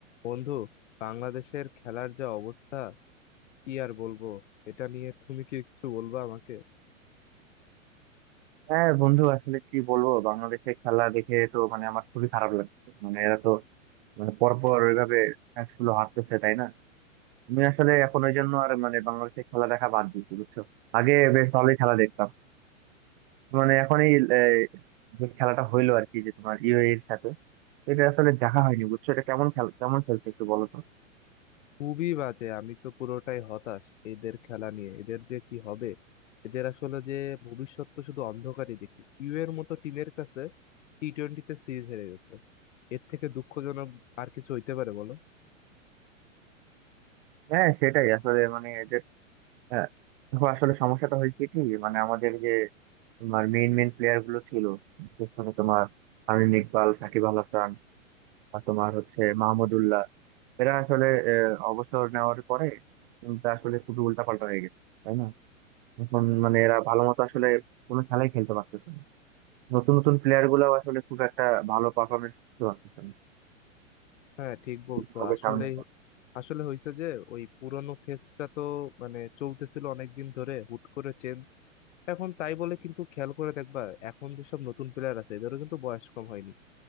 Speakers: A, on the left (about 65°); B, on the right (about 45°).
A: বন্ধু বাংলাদেশের খেলার যা অবস্থা কি আর বলবো এটা নিয়ে তুমি কি কিছু বলবা আমাকে
B: হ্যাঁ বন্ধু আসলে কি বলবো বাংলাদেশের খেলা দেখে তো মানে আমার খুবই খারাপ লাগছে মানে এরা তো মানে পরপর ওইভাবে ম্যাচ গুলো হারতেছে তাই না আমি আসলে এখন ওই জন্য আর মানে বাংলাদেশের খেলা দেখা বাদ দিচ্ছি বুঝছো আগে বেশ ভালোই খেলা দেখতাম মানে এখন এই আহ, যে খেলাটা হইলো আর কি যে তোমার ইউএই এর সাথে এটা আসলে দেখা হয়নি বুঝছো এটা কেমন খেলা কেমন খেলছে একটু বলো তো
A: খুবই বাজে আমি তো পুরোটাই হতাশ এদের খেলা নিয়ে এদের যে কি হবে এদের আসলে যে ভবিষ্যৎ তো শুধু অন্ধকারই দেখি ইউ এর মতো টিমের কাছে টি টোয়েন্টিতে সিরিজ হেরে গেছে এর থেকে দুঃখজনক আর কিছু হইতে পারে বলো
B: হ্যাঁ সেটাই আসলে মানে এদের আহ, দেখো আসলে সমস্যাটা হয়েছে কি মানে আমাদের যে তোমার মেইন মেইন প্লেয়ার গুলো ছিল সেখানে তোমার তামিম ইকবাল সাকিব আল হাসান আর তোমার হচ্ছে মাহমুদউল্লাহ এরা আসলে আহ, অবসর নেওয়ার পরে টিমটা আসলে খুবই উল্টাপাল্টা হয়ে গেছে তাই না এখন মানে এরা ভালো মতো আসলে কোনো খেলাই খেলতে পারতেছে না নতুন নতুন প্লেয়ার গুলো আসলে খুব একটা ভালো পারফরমেন্স করতে পারতেছে না
A: হ্যাঁ ঠিক বলছো
B: কি হবে
A: আসলে
B: সামনে এবার।
A: আসলে হয়েছে যে ওই পুরনো ফেসটা তো মানে চলতেছিল অনেকদিন ধরে হুট করে চেঞ্জ এখন তাই বলে কিন্তু খেয়াল করে দেখবা এখন যেসব নতুন প্লেয়ার আছে এদেরও কিন্তু বয়স কম হয়নি